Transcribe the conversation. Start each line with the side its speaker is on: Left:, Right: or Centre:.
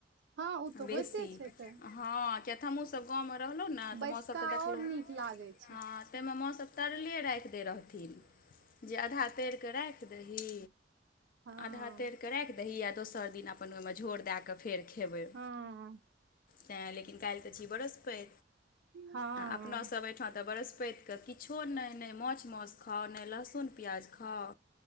Right: हँ ओ तऽ
Left: बेसी
Right: होइते छै तऽ
Left: हँ किया ते तऽ हमहुँसभ गाँवमे रहलौहु ने
Right: बैसका
Left: तऽ माँ सबके देखलौहु
Right: आओर नीक लागै छै
Left: हँ तैहिमे माँसभ तरले राखि दै रहथिन जे आधा तैर कऽ रैख दही
Right: हँ
Left: आधा तैर कऽ रैख दही आ दोसर दिन अपन ओहिमे झोर दए कऽ फेर खेबै
Right: ह
Left: तैँ लेकिन काल्हि तऽ छी वृहस्पति
Right: हँ
Left: आ अपनासभ एहिठा तऽ व्रहस्पति किछो नहि नहि मछ मौस खाउ नहि लहसुन प्याज खाउ